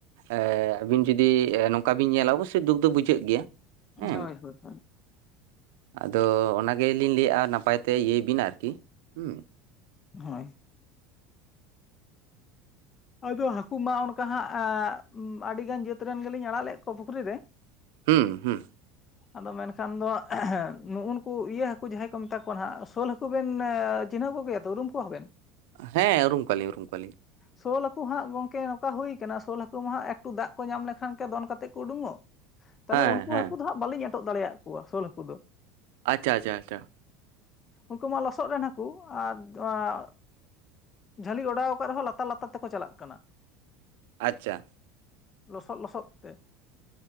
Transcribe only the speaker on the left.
ᱦᱳᱭ ᱦᱳᱭ᱾ ᱦᱳᱭ
ᱦᱳᱭ᱾ ᱟᱫᱚ ᱦᱟᱹᱠᱩ ᱢᱟ ᱚᱱᱠᱟ ᱦᱟᱸᱜ ᱮᱸᱻ ᱟᱹᱰᱤ ᱜᱟᱱ ᱡᱟᱹᱛ ᱨᱮᱱ ᱜᱮᱞᱤᱧ ᱟᱲᱟᱜ ᱞᱮᱫ ᱠᱚᱣᱟ ᱯᱩᱠᱷᱨᱤ ᱨᱮ᱾
ᱟᱫᱚ ᱢᱮᱱᱠᱷᱟᱱ ᱫᱚ ᱱᱩᱜᱼᱩ ᱱᱩᱠᱩ ᱤᱭᱟᱹ ᱦᱟᱹᱠᱩ ᱡᱟᱦᱟᱸᱭ ᱠᱚ ᱢᱮᱛᱟ ᱠᱚᱣᱟ ᱱᱟᱦᱟᱜ ᱥᱳᱞ ᱦᱟᱹᱠᱩ ᱠᱩᱵᱮᱱ ᱪᱤᱱᱦᱟᱹᱣ ᱠᱚᱜᱮᱭᱟ ᱛᱚ ᱩᱨᱩᱢ ᱠᱚᱣᱟᱸᱵᱮᱱ?
ᱥᱳᱞ ᱦᱟᱹᱠᱩ ᱦᱟᱸᱜ ᱜᱚᱝᱠᱮ ᱱᱚᱝᱠᱟ ᱦᱩᱭ ᱟᱠᱟᱱᱟ ᱥᱳᱞ ᱦᱟᱹᱠᱩ ᱢᱟ ᱦᱟᱸᱜ ᱮᱠᱴᱩ ᱫᱟᱜ ᱠᱚ ᱧᱟᱢ ᱞᱮᱠᱷᱟᱱ ᱜᱮ ᱫᱚᱱ ᱠᱟᱛᱮ ᱠᱚ ᱩᱰᱩᱧᱚᱜ᱾ ᱛᱟᱦᱚᱞᱮ
ᱩᱱᱠᱩ
ᱦᱟᱹᱠᱩ ᱫᱚ ᱦᱟᱸᱜ ᱵᱟᱹᱞᱤᱧ ᱟᱴᱚᱜ ᱫᱟᱲᱮᱭᱟᱜ ᱠᱚᱣᱟ ᱥᱳᱞ ᱦᱟᱹᱠᱩ ᱫᱚ᱾
ᱩᱜᱠᱩ ᱢᱟ ᱞᱚᱥᱚᱫ ᱨᱮᱱ ᱦᱟᱠᱩ ᱟᱨ ᱟᱜ ᱡᱷᱟᱹᱞᱤ ᱚᱰᱟᱣ ᱠᱟᱜ ᱨᱮᱦᱚᱸ ᱞᱟᱛᱟᱨ ᱞᱟᱛᱟᱨ ᱛᱮᱠᱚ ᱪᱟᱞᱟᱜ ᱠᱟᱱᱟ᱾
ᱞᱚᱥᱚᱫ ᱞᱚᱥᱚᱫ ᱛᱮ᱾